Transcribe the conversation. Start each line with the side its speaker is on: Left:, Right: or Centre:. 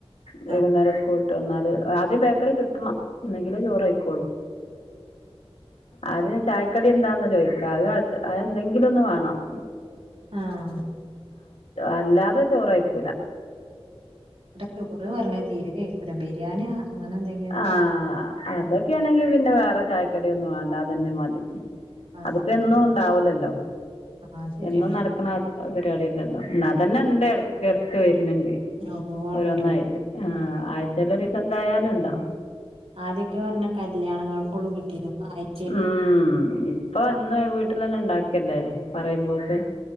Left: വൈകുന്നേരം
Right: ആ
Left: സ്കൂൾ വിട്ട് വന്നാല് ആദ്യം ബേക്കറി കിട്ടണം എന്നെങ്കിലേ ചോറയ്ക്കൊള്ളൂ. അദ്യം ചായക്കടി എന്താന്ന് ചോയ്ക്കാ അത് അത് എന്തെങ്കിലും ഒന്ന് വാണം.
Right: ആഹ്
Left: അല്ലാതെ ചോറയിക്കൂല.
Right: വടെ ചോറ് പറഞ്ഞത് തീരെ കഴിക്കൂല ബിരിയാണി അങ്ങനെ എന്തെ
Left: ആഹ് അതൊക്കെയാണെങ്കി പിന്നെ വേറെ ചായക്കടിയൊന്നും വാണ്ട അതന്നെ മതി.
Right: ആ
Left: അത്പ്പോ എന്നുണ്ടാവൂലല്ലോ
Right: ആ ശരിയാണ്
Left: എന്നും നടക്ക ക്ക്ണ പരിപാടി അല്ലല്ലോ ന്നാതന്നെണ്ട് എടക്ക് എടക്ക് വരുന്നുണ്ട്.
Right: ഓ ഉണ്ട്
Left: ഓരോന്നായിട്ട് ആ ആഴ്ചേലൊരീസം എന്തായാലുംണ്ടോ
Right: ആദ്യൊക്കെ പറഞ്ഞ കല്യാണങ്ങൾക്കളു കിട്ടിരുന്നു ഇപ്പൊ ആ
Left: ഉം ഇപ്പൊ അന്ന് വീട്ടിൽന്നെ ഇണ്ടാക്കല്ലേ പറയുമ്പോക്ക്